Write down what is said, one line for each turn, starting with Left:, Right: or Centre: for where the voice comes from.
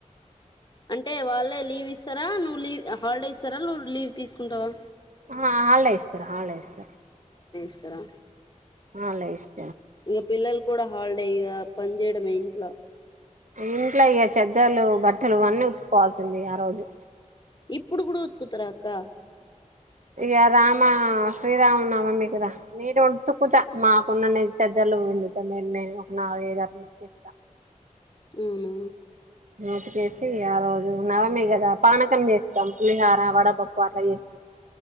Left: అంటే వాళ్ళే లీవ్ ఇస్తారా నువ్వు లీ లీవ్ హాలిడే ఇస్తారా నువ్వు లీవ్ తీసుకుంటావా
Right: ఆ ఆలే ఇస్తరు ఆలే ఇస్తరు
Left: ఇస్తర
Right: ఆలే ఇస్త
Left: ఇంకా పిల్లలు కూడా హాలిడే ఇగ పని చేయడమే ఇంట్లో
Right: ఇంట్లో ఇక చెత్తలు బట్టలు అన్నీ ఉతుకోవాల్సిందే ఆ రోజు
Left: ఇప్పుడు కూడా ఉతుకుతార అక్క
Right: ఇగ రామ శ్రీరామ్ నవమి కదా నీటి ఉ ఉతుక్కుతా మాకున్ననా చెద్దలు పిండుతా మేమే ఒక నాలుగైదు అట్లా వెతికేస్తా
Left: ఉమ్
Right: నూతికేసి ఆ రోజు నవమీ కదా పానకం చేస్తాం పులిహార వడపప్పు అట్లా చేస్తాం